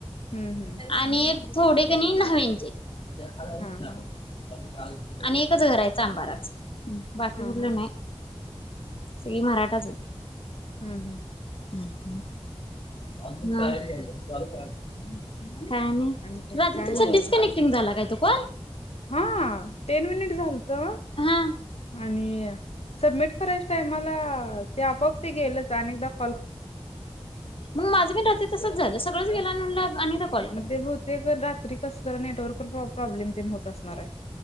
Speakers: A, on the left; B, on the left.
A: हं, हं.
B: आणि एक थोडे कणी नाहींचे <unintelligible>
A: हां, हां.
B: आणि एकच घरायचं अंबाराच बाकी
A: हां,
B: कुठलं
A: हां.
B: नाय? सगळी मराठाच आहेत.
A: हम्म हम्म
B: हम्म हम्म <unintelligible> घ्यायचा चालू करा काय आणि
A: काय?
B: रात्री
A: काय
B: तुमचा
A: नाही
B: डिस्कनेक्टिंग
A: बघा.
B: झाला काय तो कोण
A: हा टेन मिनिट झालतं
B: हा
A: आणि सबमिट करायच टायमाला ते आपोआप ती गेलच आणि दक
B: मग माझं बीन रात्री तसच झालं सगळं गेला नून लाग आणि एकदा कॉल
A: मग
B: करा
A: ते बहुतेक रात्री कसं जरा नेटवर्क प्रॉब्लेम तेन होत असणार आहे.